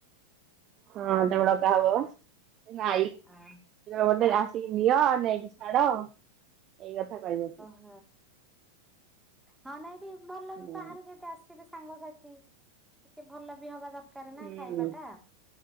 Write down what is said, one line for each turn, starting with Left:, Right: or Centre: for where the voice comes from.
Right: ହଁ ତାକୁ ଡକା ହବ ବା। ଏଇନା
Centre: ଆଁ
Right: ଆଇଲେ
Centre: ଆଁ
Right: ଆସିକି ନିଅ ନେଇକି ଛାଡ। ଏଇ କଥା କହିବ।
Centre: ଓ ହଁ ନାଇଁଠ ଭଲ
Right: ହୁଁ
Centre: ବି ବାହାରୁ ଯେତେ ଆସ। ବି ସାଙ୍ଗସାଥି ଟିକେ ଭଲ ବି ହବା ଦରକାର। ଦରକାର
Right: ହୁଁ
Centre: ନା ଖାଇବାଟା